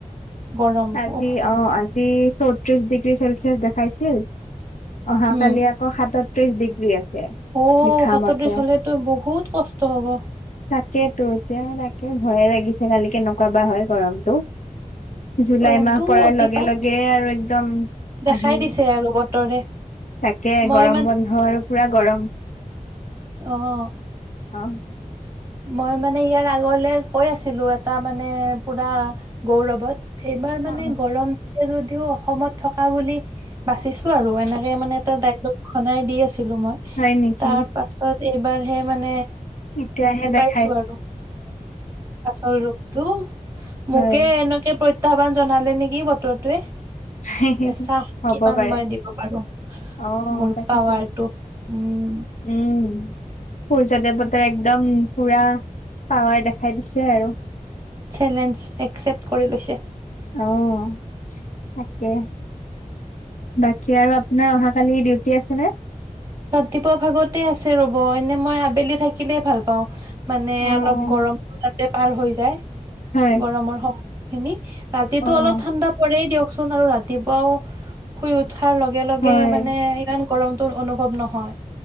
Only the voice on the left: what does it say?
আজি
অ আজি চৌত- ত্ৰিশ ডিগ্ৰী চেলচিয়াছ দেখাইছিল অহাকালি
আকৌ সাতত্ৰিশ ডিগ্ৰী আছে।
লিখা
মতে
তাকেইটো এতিয়া তাকে ভয়ে লাগিছে কালি কেনেকুৱা বা হয় গৰমতটো? জুলাই
মাহ পৰাৰ
লগে লগে আৰু একদম
আহিল।
তাকে
গৰম বন্ধ আৰু পুৰা গৰম।
অ
অ
হয় নেকি
এতিয়াহে দে-
হয়।
<inaudible>
হ'ব
পাৰে
অ'
তাকেতো
উম। সূৰ্য দেৱতাৰ একদম পুৰা পাৱাৰ দেখাই দিছে আৰু।
অঁহ তাকে। বাকী আৰু আপোনাৰ অহাকালি ডিউটি আছেনে?
অ'
অ'
হয়
অ'
হয়।